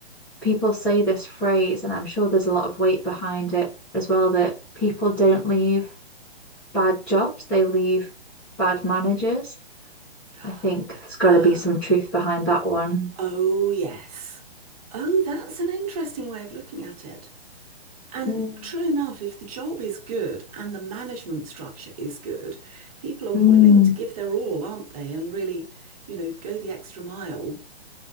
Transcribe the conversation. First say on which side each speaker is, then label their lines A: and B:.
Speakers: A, in the centre; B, on the right.
A: people say this phrase, and I'm sure there's a lot of weight behind it as well, that people don't leave bad jobs, they leave bad managers.
B: <gasps>
A: I think there's got
B: Oh,
A: to be some truth behind that one.
B: oh yes. Oh, that's an interesting way of looking at it. And
A: Mm.
B: true enough, if the job is good and the management structure is good, people are willing
A: Mm.
B: to give their all, aren't they? And really, you know, go the extra mile,